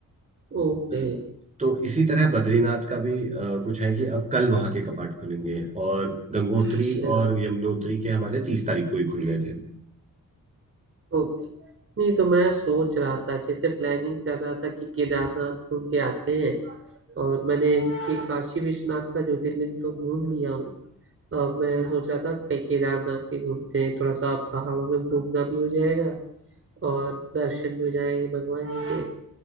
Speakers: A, on the right (about 40°); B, on the right (about 20°).
A: okay
B: हम्म। तो इसी तरह बद्रीनाथ का भी अ, कुछ है कि अब कल वहां के कपाट खुलेंगे और गंगोत्री
A: अच्छा
B: और यमुनोत्री के हमारे तीस तारीख को ही खुल गए थे
A: ओके नहीं तो मैं सोच रहा था कि ऐसे प्लानिंग कर रहा था कि केदारनाथ घूम के आते हैं और मैंने देखिए काशी विश्वनाथ का ज्योतिर्लिंग तो घूम लिया हूँ अब मैं सोच रहा था कहीं केदारनाथ के घूमते हैं थोड़ा सा पहाड़ों में घूमना भी हो जाएगा और दर्शन भी हो जाएंगे भगवान जी के